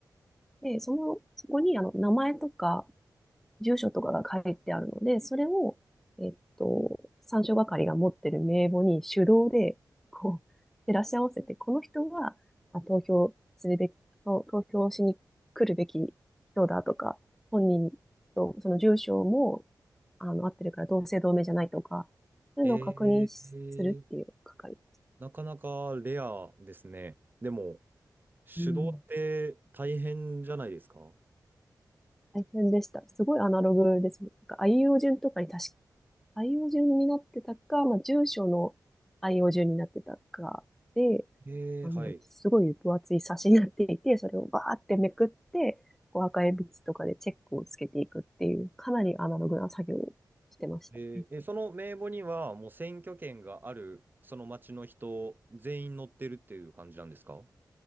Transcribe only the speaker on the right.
えー、なかなかレアですね。でも、手動って大変じゃないですか
ええはい。
ええその名簿にはもう選挙権がある、その町の人全員乗ってるっていう感じなんですか